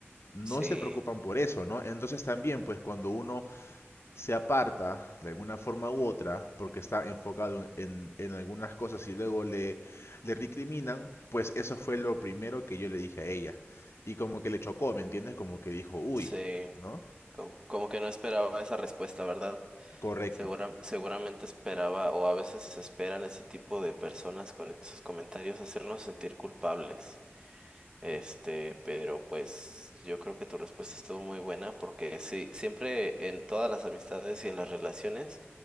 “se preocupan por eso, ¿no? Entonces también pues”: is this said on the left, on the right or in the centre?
Left